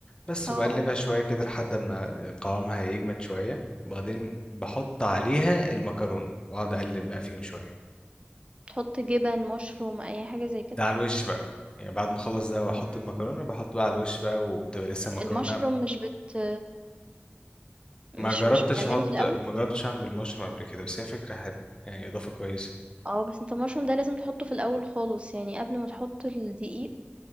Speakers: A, on the left; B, on the right.
A: بس
B: آه،
A: وبقلبها
B: آه.
A: شوية كده لحد ما قوامها يجمد شوية وبعدين بحط عليها المكرونة وأقعد أقلب بقى فيهم شوية
B: تحط جبن، مشروم، أي حاجة زي كده؟
A: ده على الوش بقى يعني بعد ما أخلص ده وأحط
B: إمم.
A: المكرونة بحط بقى على الوش بقى وبتبقى لسه المكرونة
B: المشروم مش بت مش
A: ما جربتش
B: مش بتعمله
A: أحط
B: في الأول؟
A: ما جربتش أعمل بالمشروم قبل كده بس هي فكرة حلوة يعني إضافة كويسة
B: آه، بس أنت المشروم ده لازم تحطه في الأول خالص، يعني قبل ما تحط الدقيق